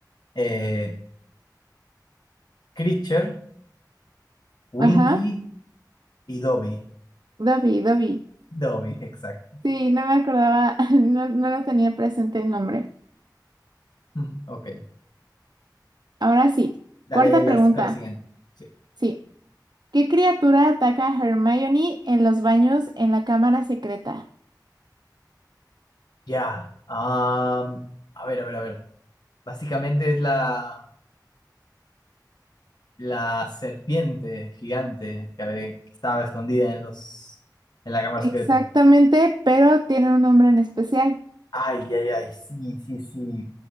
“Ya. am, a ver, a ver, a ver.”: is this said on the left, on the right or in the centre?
Left